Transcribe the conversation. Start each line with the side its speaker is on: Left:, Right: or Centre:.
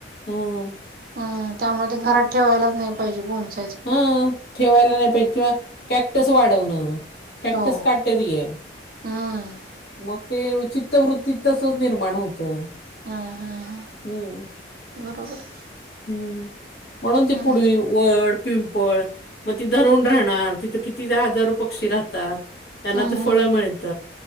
Left: हं
Right: हम्म त्यामुळे ते घरात ठेवायलाच नाही पाहिजे बोन्स
Left: हं ठेवायला नाही पाहिजे किंवा कॅक्टस वाढवणं कॅक्टस
Right: हो
Left: काटेरी य.
Right: हम्म
Left: मग ते विचित्र वृत्तीत तसंच निर्माण होतं.
Right: हां हां
Left: हम्म
Right: बरोबर.
Left: हम्म म्हणून ती
Right: हम्म
Left: पुढं यू वड पिंपळ मग ती धरून राहणार तिथं किती हजारो पक्षी राहतात. त्यांना
Right: हम्म
Left: ते
Right: हम्म
Left: फळ मिळत